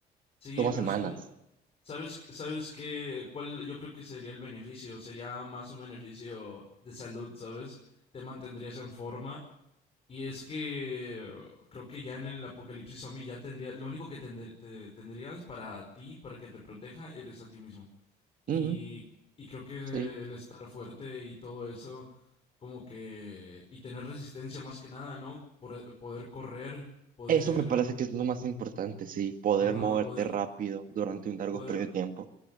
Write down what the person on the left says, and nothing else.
sí,
pero
supongo, ¿sabes, sabes qué, cuál yo creo que sería el beneficio? Sería más un beneficio de salud, ¿sabes? Te mantendrías en forma. Y es que eh, creo que ya en el apocalipsis zombie ya tendría, lo único que tende- te- tendrías para ti, para que te proteja, eres a ti mismo. Y,
y creo que eh,
el estar fuerte y todo eso, como que, y tener resistencia más que nada, ¿no? Por- poder correr, poder,
ajá,
poder,
poder,